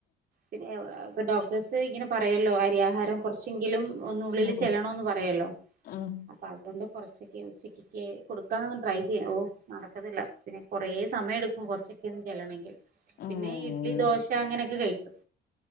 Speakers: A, on the right; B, on the left.
A: പിന്നെ ഇപ്പൊ ഡോക്ടേഴസ് ഇങ്ങനെ പറയല്ലോ അരിയാഹാരം കുറച്ചെങ്കിലും ഒന്നുള്ളിൽ ചെല്ലണന്ന്
B: ഉം
A: പറയല്ലോ
B: ഉം
A: അപ്പൊ അതുകൊണ്ട് കൊറച്ചൊക്ക ഉച്ചക്ക് കൊടുക്കാ ട്രൈ ചെയ്യും ഓ നടക്കത്തില്ല. പിന്നെ കൊറെ സമയം എടുക്കും. കൊറച്ചൊക്കെ ഒന്ന് ചെല്ലണങ്കിൽ.
B: ഉം
A: പിന്നെ ഇഡ്ലി ദോശ അങ്ങനെയൊക്കെ കഴിക്കും.